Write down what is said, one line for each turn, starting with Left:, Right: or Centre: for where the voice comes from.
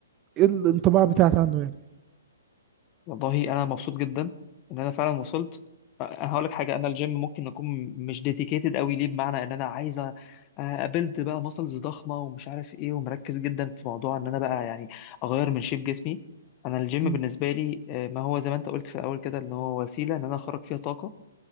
Right: ايه الانطباع بتاعك عنه يعني
Left: والله انا مبسوط جدا ان انا فعلا وصلت انا هقول لك حاجه انا الجيم ممكن اكون مش ديديكيتد قوي ليه بمعنى ان انا عايزه ابلد بقى ماسلز ضخمه ومش عارف ايه ومركز جدا في موضوع ان انا بقى يعني اغير من شيب جسمي انا الجيم
Right: مم.
Left: بالنسبه لي آه، ما هو زي ما انت قلت في الاول كده ان هو وسيله ان انا اخرج فيها طاقه